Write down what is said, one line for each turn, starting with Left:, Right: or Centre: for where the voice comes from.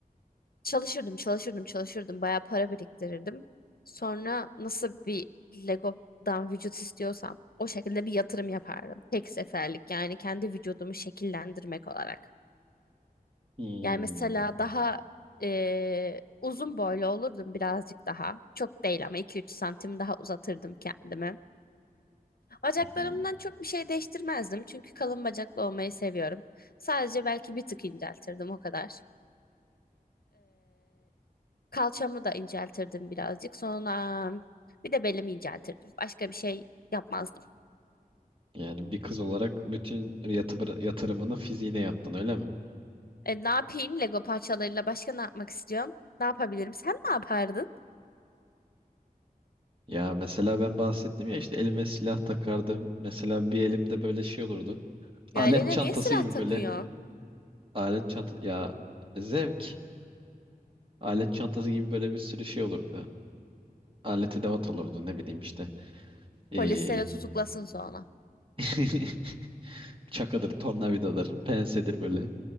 Left: Çalışırdım, çalışırdım, çalışırdım. Bayağı para biriktirirdim. Sonra nasıl bir Lego'dan vücut istiyorsam o şekilde bir yatırım yapardım. Tek seferlik yani kendi vücudumu şekillendirmek olarak.
Right: Hmm.
Left: Yani mesela daha eee, uzun boylu olurdum birazcık daha. Çok değil ama iki üç santim daha uzatırdım kendimi. Bacaklarımdan
Right: Hı hı.
Left: çok bir şey değiştirmezdim. Çünkü kalın bacaklı olmayı seviyorum. Sadece belki bir tık inceltirdim o kadar. Kalçamı da inceltirdim birazcık. Sonra bir de belimi inceltirdim. Başka bir şey yapmazdım.
Right: Yani bir kız olarak bütün yatı- yatırımını fiziğine yaptın öyle mi?
Left: E, ne yapayım? Lego parçalarıyla başka ne yapmak istiyorum? Ne yapabilirim? Sen ne yapardın?
Right: Ya mesela ben bahsettim ya işte elime silah takardım. Mesela bir elimde böyle şey olurdu. Alet
Left: Ya eline
Right: çantası
Left: niye silah
Right: gibi
Left: takıyorsun?
Right: böyle alet çanta ya zevk. Alet çantası gibi böyle bir sürü şey olurdu. Alet edevat olurdu ne bileyim işte. Ee,
Left: Polis seni tutuklasın sonra.
Right: <laughs> çakadır, tornavidadır, pensedir böyle.